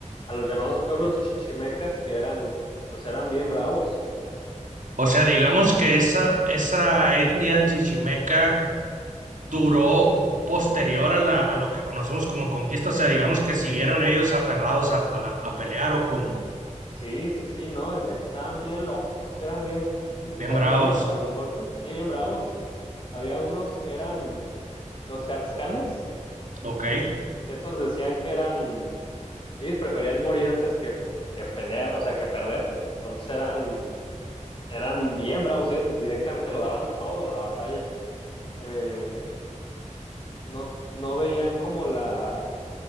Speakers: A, on the left; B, on the right.
A: a los llamados pueblos chichimecas que eran, pues eran bien bravos.
B: O sea, digamos que esa, esa etnia chichimeca duró posterior a la, a lo que conocemos como conquista. O sea, digamos que siguieron ellos aferrados a, a la- a pelear o como,
A: Sí, sí, sí, no, dicen que estaban bien locos, que eran bien,
B: bien
A: o sea,
B: bravos.
A: bien buenos para los golpes, sí, bien bravos. Había unos que eran los caxcanes,
B: Ok,
A: que esos decían que eran, ellos preferían morir antes que, que pelear, o sea, que perder. Entonces eran, eran bien bravos, ellos directamente lo daban todo en la batalla. Eh, no, no veían como la,